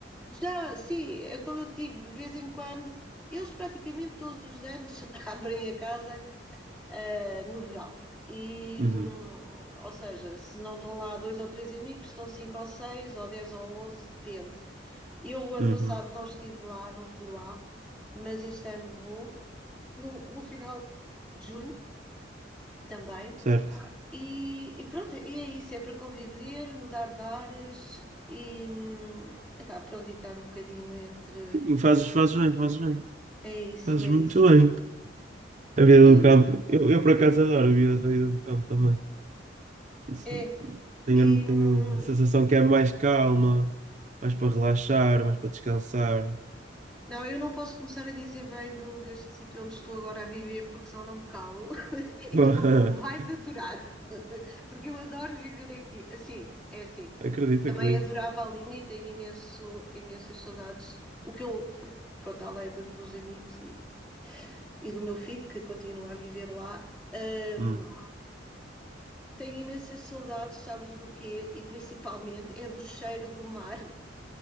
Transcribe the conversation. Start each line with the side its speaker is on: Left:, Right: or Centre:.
Centre: Já, sim, é como eu te digo, de vez em quando, eles praticamente todos os anos <laughs> abrem a casa eh, no verão. E,
Right: Uhum,
Centre: hum, ou seja, se não estão lá dois ou três amigos, estão cinco ou seis, ou dez ou onze, depende. Eu, o ano
Right: uhum,
Centre: passado, não estive lá, não fui lá, mas este ano vou, no, no final de junho também.
Right: certo.
Centre: E, e pronto, e é isso: é para conviver, mudar de ares e, hum, epá, pronto, e estar um bocadinho entre.
Right: E fazes, fazes bem, fazes bem.
Centre: É isso,
Right: Fazes
Centre: é
Right: muito
Centre: isso.
Right: bem. A vida
Centre: E,
Right: do campo. Eu, eu por acaso adoro a vida, a vida do campo também. Se-
Centre: é,
Right: Tenho,
Centre: e,
Right: tenho
Centre: hum,
Right: a sensação que é mais calma, mais para relaxar, mais para descansar.
Centre: não, eu não posso começar a dizer bem do, deste sítio onde estou agora a viver, porque senão não me calo. E
Right: <laughs>
Centre: tu não, tu me vais aturar, <laughs> porque eu adoro viver aqui. Assim, é assim.
Right: Acredito,
Centre: Também
Right: acredito.
Centre: adorava a linha e tenho imenso, imensas saudades. O que eu, pronto, além de- dos amigos e, e do meu filho, que continua a viver lá, hum,
Right: Hum.
Centre: tenho imensas saudades, sabes do quê? E principalmente é do cheiro do mar,